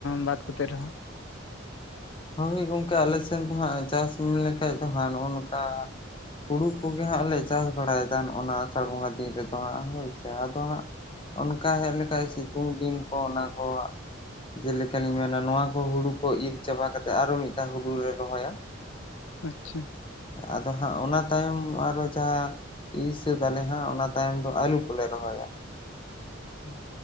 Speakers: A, on the left; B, on the left.
A: ᱵᱟᱫ ᱠᱟᱛᱮ ᱨᱮᱦᱚᱸ?
B: ᱦᱳᱭ ᱜᱚᱢᱠᱮ ᱟᱞᱮ ᱥᱮᱫ ᱫᱚ ᱦᱟᱸᱜ ᱪᱟᱥ ᱢᱮᱱ ᱞᱮᱠᱷᱟᱡ ᱫᱚ ᱦᱟᱸᱜ ᱱᱚᱜᱼᱚ ᱱᱚᱝᱠᱟᱼᱼ ᱦᱩᱲᱩ ᱠᱚᱜᱮ ᱦᱟᱸᱜ ᱞᱮ ᱪᱟᱥ ᱵᱟᱲᱟᱭᱮᱫᱟ ᱱᱚᱜ-ᱚ ᱱᱚᱣᱟ ᱟᱥᱟᱲ ᱵᱚᱸᱜᱟ ᱫᱤᱱ ᱨᱮᱫᱚ ᱦᱟᱸᱜ ᱦᱳᱭ ᱥᱮ ᱟᱫᱚ ᱦᱟᱸᱜᱼᱼ ᱚᱱᱠᱟ ᱦᱮᱡ ᱞᱮᱠᱷᱟᱡ ᱥᱤᱛᱩᱝ ᱫᱤᱱ ᱠᱚ ᱚᱱᱟ ᱠᱚᱼᱼ ᱡᱮᱞᱮᱠᱟ ᱞᱤᱧ ᱢᱮᱱᱟ ᱱᱚᱣᱟ ᱠᱚ ᱦᱩᱲᱩ ᱠᱚ ᱤᱨ ᱪᱟᱵᱟ ᱠᱟᱛᱮᱫ ᱟᱨᱚ ᱢᱤᱫ ᱫᱷᱟᱣ ᱦᱩᱲᱩ ᱞᱮ ᱨᱚᱦᱚᱭᱟ ᱾
A: ᱟᱪᱪᱷᱟ᱾
B: ᱟᱫᱚ ᱦᱟᱸᱜ ᱚᱱᱟ ᱛᱟᱭᱚᱢ ᱟᱨᱚ ᱡᱟᱦᱟᱸᱼᱼ ᱤᱨ ᱥᱟᱹᱛ ᱟᱞᱮ ᱦᱟᱸᱜ ᱚᱱᱟ ᱛᱟᱭᱚᱢ ᱫᱚ ᱟᱹᱞᱩ ᱠᱚᱞᱮ ᱨᱚᱦᱚᱭᱟ ᱾ ᱦᱩᱸ <inaudible>